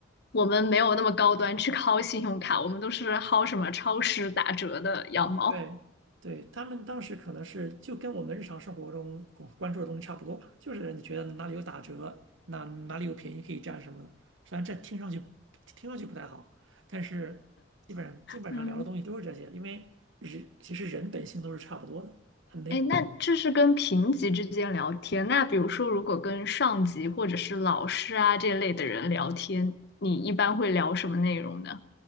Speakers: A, on the left; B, on the right.
A: 我们没有那么高端去薅信用卡，我们都是薅什么超市打折的羊毛。
B: 对，对，他们当时可能是就跟我们日常生活中关注的东西差不多吧，就是你觉得哪里有打折，哪哪里有便宜可以占什么的。虽然这听上去听上去不太好，但是基本上基本上聊的东西都是这些，
A: 嗯，
B: 因为人其实人本性都是差不多的。他没
A: 哎，那这是跟平级之间聊天。那比如说，如果跟上级或者是老师啊这类的人聊天，你一般会聊什么内容呢？